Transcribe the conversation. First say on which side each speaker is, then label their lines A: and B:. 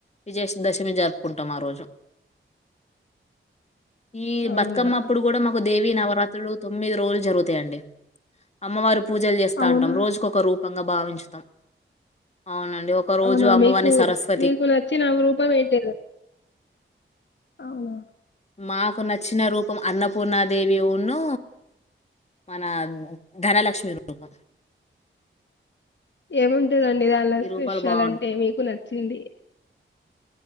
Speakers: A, on the left (about 30°); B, on the left (about 60°).
A: విజయ దశమి జరుపుకుంటాం ఆ రోజు ఈ
B: అవునా
A: బతుకమ్మ అప్పుడు కూడా మాకు దే వి నవరాత్రులు తొమ్మిది రోజులు జరుగుతాయండి అమ్మవారి పూజలు చేస్తా
B: అవునా
A: ఉంటాం రోజుకు ఒకరూ <unintelligible> భావించుతాం అవునండి ఒకరోజు
B: అవునా
A: అమ్మవారిని
B: మీకు
A: సరస్వ
B: మీకు నచ్చిన రూపం ఏంటి అవునా
A: మాకు నచ్చిన రూపం అన్నపూర్ణాదేవిను మన ధనలక్ష్మి రూపం
B: ఎ ఏముంటదండీ దానిలో
A: ఈ
B: స్పెషల్
A: రూపాలు బాగుంటాయి
B: అంటే మీకు నచ్చింది